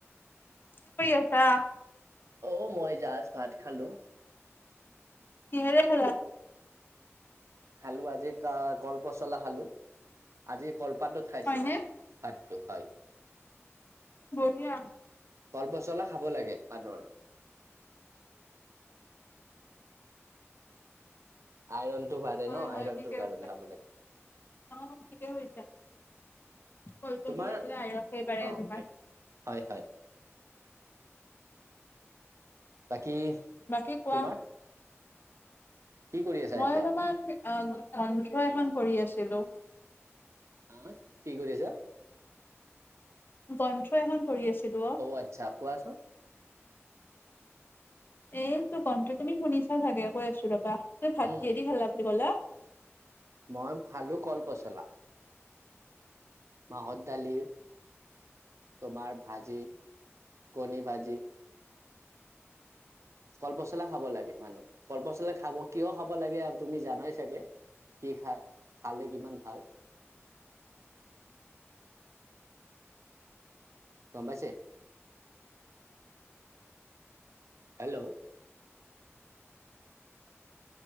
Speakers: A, on the left; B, on the right.
A: কি কৰি আছা?
B: অ', মই জাষ্ট ভাত খালো।
A: কিহেৰে খেলা?
B: খালো আজি ক-কলপচলা খালো, আজি কলপাতত খাইছো
A: হয়নে
B: মানে। <unintelligible> হয়।
A: বঢ়িয়া।
B: ফল পচলা খাব লাগে মানুহৰ। আইৰনটো বাঢ়ে
A: হয়
B: ন'
A: হয়
B: আইৰণটোৰ
A: ঠিকে
B: কাৰণে,
A: আছে
B: খাব লাগে।
A: অ', ঠিকেই হৈছে কল
B: তোমাৰ
A: পচলা খালে আইৰণেই বাঢ়ে
B: অ অকে
A: তোমাৰ।
B: হয়, হয়। বাকী
A: বাকী কোৱা।
B: তোমাৰ কি কৰি আছা
A: মই
B: এতিয়া
A: অলপমান গন্ঠ এখন পঢ়ি আছিলোঁ।
B: হা কি কৰি আছা?
A: গ্ৰন্থ এখন পঢ়ি আছিলোঁ অ'।
B: অ', আচ্ছা কোৱাচোন।
A: এইটো গন্থ তুমি শুনিছা চাগে কৈ আছো ৰবা, তুমি ভাত
B: উম
A: কিহেডি খালা বুলি ক'লা?
B: মই খালো কল পচলা। মাহৰ দালি, তোমাৰ ভাজি, কণী ভাজি। কলপচলা খাব লাগে, মানুহ কলপচলা খাব কিয় খাব লাগে আৰু তুমি জানাই চাগে। কি খা-খালে কিমান ভাল। গ'ম পাইছে? হেল্ল'?